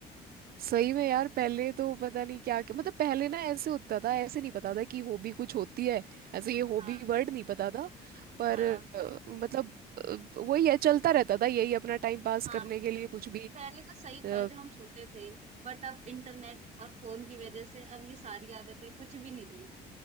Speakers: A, on the right (about 60°); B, on the right (about 45°).
A: सही में यार पहले तो पता नहीं क्या क्या मतलब पहले ना ऐसे होता था ऐसे नहीं पता था कि हॉबी कुछ होती है ऐसे ये हॉबी
B: हाँ
A: वर्ड नहीं पता था पर
B: हाँ
A: अ, मतलब अ, वही है चलता रहता था यही अपना टाइम पास
B: हाँ
A: करने के लिए कुछ भी
B: पहले का सही
A: अ,
B: था जब हम छोटे थे बट अब इंटरनेट और फोन की वजह से अब ये सारी आदतें कुछ भी नहीं रही